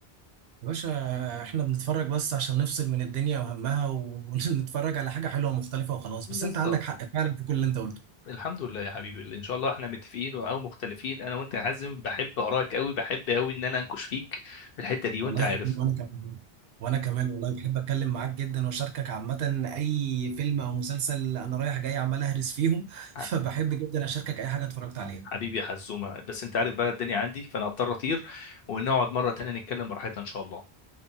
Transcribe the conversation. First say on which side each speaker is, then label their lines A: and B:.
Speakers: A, on the right; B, on the left.
A: يا باشا احنا بنتفرج بس عشان نفصل من الدنيا وهمها و- <laughs> ونتفرج على حاجه حلوه ومختلفه وخلاص
B: بالظبط
A: بس انت عندك حق فعلا في كل اللي انت قلته
B: الحمد لله يا حبيبي ان شاء الله احنا متفقين او مختلفين انا وانت يا حازم بحب اراك قوي بحب قوي ان انا انكش فيك في الحته دي
A: والله
B: وانت عارف
A: يا حبيبي وانا كمان وانا كمان والله بحب اتكلم معاك جدا واشاركك عامه اي فيلم او مسلسل انا رايح جاي عمال اهرس فيهم <laughs>
B: ح-
A: فبحب جدا اشاركك اي حاجه اتفرجت عليها
B: حبيبي يا حزومه بس انت عارف بقى الدنيا عندي فانا هضطر اطير ونقعد مره تانية نتكلم براحتنا ان شاء الله